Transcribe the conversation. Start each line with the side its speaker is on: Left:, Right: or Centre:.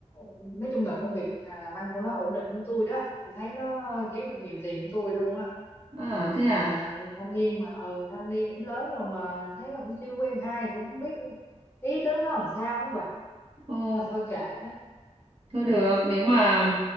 Left: nói chung là công việc à, làm ăn của nó ổn định hơn tôi đó tôi thấy nó kiếm được nhiều tiền hơn tôi luôn á
Right: À thế
Left: mà
Right: à?
Left: thanh niên mà ừ thanh niên cũng lớn rồi mà thấy nó cũng chưa quen ai cũng không biết ý tứ nó làm sao đó bà
Right: Ồ,
Left: nhưng mà thôi kệ đó
Right: thôi
Left: ừ.
Right: được, nếu mà